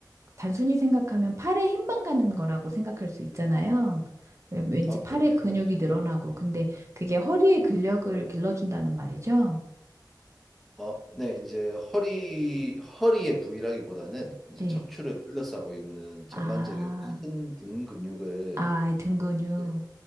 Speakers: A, on the right; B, in the centre.
A: 단순히 생각하면 팔에 힘만 가는 거라고 생각할 수 있잖아요. 왜- 왠지
B: 어,
A: 팔에
B: 그렇게
A: 근육이
B: 생각하실 수
A: 늘어나고
B: 있죠.
A: 근데 그게 허리의 근력을 길러준다는 말이죠.
B: 어, 네. 이제 허리, 허리의 부위라기보다는 이제
A: 네.
B: 척추를 둘러싸고 있는 전반적인
A: 아,
B: 큰 등 근육을
A: 아, 등 근육.
B: 이제,